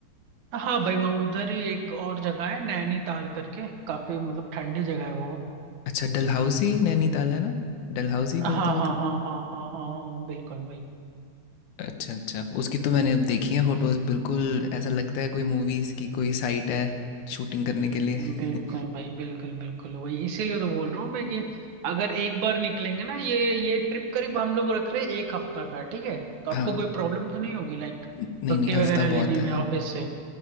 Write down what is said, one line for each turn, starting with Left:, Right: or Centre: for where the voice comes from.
Right: हाँ भाई वहाँ उधर ही एक और जगह है नैनीताल करके काफी मतलब ठंडी जगह है वो
Left: अच्छा डलहौज़ी नैनीताल है ना? डलहौज़ी
Right: हाँ
Left: बोलते हैं
Right: हाँ
Left: पता नहीं।
Right: हाँ हाँ हाँ हाँ हाँ बिल्कुल भाई
Left: अच्छा, अच्छा। उसकी तो मैंने देखी है फ़ोटोज़ बिल्कुल ऐसा लगता है कोई मूवीज़ की कोई साइट है शूटिंग करने के लिए।
Right: बिल्कुल
Left: <laughs>
Right: भाई बिल्कुल बिल्कुल वही इसीलिए तो बोल रहा हूँ मैं कि अगर एक बार निकलेंगे ना ये ये ट्रिप करीब हम लोग रख रहे हैं एक हफ्ता का ठीक है तो आपको
Left: हाँ।
Right: कोई प्रॉब्लम तो नहीं होगी लाइक छुट्टी
Left: न नहीं, नहीं हफ़्ता
Right: वगैरह लेने
Left: बहुत है
Right: में
Left: हाँ।
Right: ऑफिस से